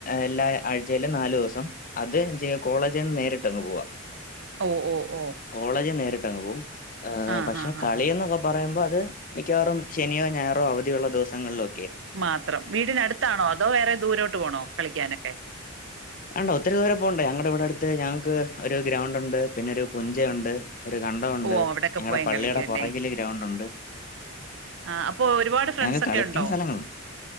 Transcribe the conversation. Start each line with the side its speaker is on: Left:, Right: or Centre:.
Left: എല്ലാ ആഴ്ചയിലും നാാലു ദിവസം അത് കോളേജിൽ നിന്ന് നേരിട്ട് അങ്ങ് പോവാ
Right: ഓ ഓ ഓ
Left: കോളേജ് നേരിട്ട്ങ്ങ് പോും
Right: ആഹ്
Left: പക്ഷെ
Right: ആഹ്
Left: കളി
Right: ആഹ്
Left: എന്നൊക്കെ പറയുമ്പോ അത് മിക്കവാറും ശനിയോ ഞായറോ അവധിയുള്ള ദിവസങ്ങളിലോ
Right: മാത്രം വീടിനടുത്താണോ അതോ വേറെ ദൂരോട്ട് പോണോ കളിക്കാനൊക്കെ
Left: അണ്ട ഒത്തിരി ദൂരം പോണ്ട ഞങ്ങളുടെ ഇവിടെ അടുത്ത് ഞങ്ങക്ക് ഒരു ഗ്രൗണ്ട് ഉണ്ട് പിന്നെൊ ഒരു പുഞ്ച ഉണ്ട് ഒരു കണ്ടമുണ്ട്
Right: ഓ അവിടൊക്കെ
Left: ഞങ്ങളടെ
Right: പോയും
Left: പള്ളിയുടെ
Right: കളിക്കും അല്ലേ
Left: പുറകില് ഗ്രൗണ്ട് ഉണ്ട്
Right: ആഹ് അപ്പൊ ഒരുപാട് ഫ്രണ്ട്സ്
Left: ഞങ്ങക്ക്
Right: ഒക്കെ
Left: കളിക്കാൻ
Right: ഉണ്ടോ
Left: സ്ഥലങ്ങളുണ്ട്